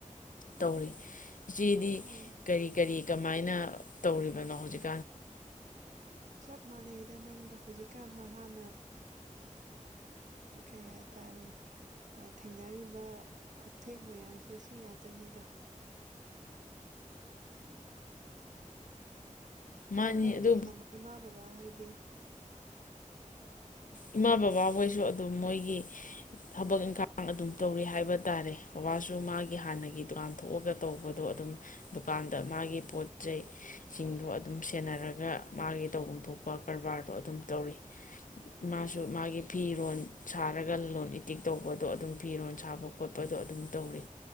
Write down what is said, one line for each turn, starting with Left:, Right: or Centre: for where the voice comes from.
Left: ꯇꯧꯔꯤ ꯆꯦꯗꯤ
Right: ꯃꯥꯅꯦ
Left: ꯀꯔꯤ ꯀꯔꯤ ꯀꯃꯥꯏꯅ ꯇꯧꯔꯤꯕꯅꯣ ꯍꯧꯖꯤꯛ
Right: ꯆꯞ ꯃꯥꯅꯩ ꯅꯪꯒ ꯍꯧꯖꯤꯛꯀꯥꯟꯗ ꯍꯥꯟꯅ ꯀꯩ ꯍꯥꯏꯇꯥꯔꯦ ꯊꯦꯡꯅꯔꯤꯕ ꯍꯛꯊꯦꯡ ꯃꯌꯥꯝꯁꯦ ꯁꯤ ꯉꯥꯛꯇꯅꯤꯗ
Left: ꯃꯥꯅꯤ
Right: ꯀꯝꯗꯧꯔꯤ
Left: ꯑꯗꯨ
Right: ꯃ ꯏꯃꯥ ꯕꯕꯥꯍꯣꯏꯗꯤ <inaudible>
Left: ꯏꯃꯥ ꯕꯕꯥꯍꯣꯏꯁꯨ ꯑꯗꯨꯝ ꯃꯣꯏꯒꯤ ꯊꯕꯛ ꯏꯪꯈꯥꯡ ꯑꯗꯨꯝ ꯇꯧꯔꯤ ꯍꯥꯏꯕ ꯇꯥꯔꯦ ꯕꯕꯥꯁꯨ ꯃꯥꯒꯤ ꯍꯥꯟꯅꯒꯤ ꯗꯨꯀꯥꯟ ꯊꯣꯛꯑꯒ ꯇꯧꯕꯗꯣ ꯑꯗꯨꯝ ꯗꯨꯀꯥꯟꯗ ꯃꯥꯒꯤ ꯄꯣꯠꯁꯤꯡꯗꯣ ꯑꯗꯨꯝ ꯁꯦꯟꯅꯔꯒ ꯃꯥꯒꯤ ꯇꯧꯐꯝ ꯊꯣꯛꯄ ꯀꯔꯕꯥꯔꯗꯣ ꯑꯗꯨꯝ ꯇꯧꯔꯤ
Right: ꯑꯣ
Left: ꯃꯥꯁꯨ ꯃꯥꯒꯤ ꯐꯤꯔꯣꯜ ꯁꯥꯔꯒ ꯂꯣ ꯏꯇꯤꯛ ꯇꯧꯕꯗꯣ ꯑꯗꯨꯝ ꯐꯤꯔꯣꯜ ꯁꯥꯕ ꯈꯣꯠꯄꯗꯣ ꯑꯗꯨꯝ ꯇꯧꯔꯤ